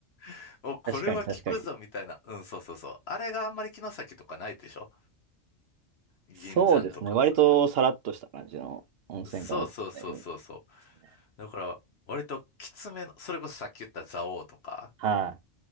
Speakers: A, on the left; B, on the right.
A: <laughs> お、これは効くぞみたいな。
B: 確かに、確かに。
A: うん、そうそうそう。あれがあんまり城崎とかないでしょ銀山とかもそうだけど。
B: そうですね。割とさらっとした感じの温泉が多かったイメージですね。
A: そうそうそうそうそう。だから、割ときつめの、それこそさっき言った蔵王とか、
B: はい。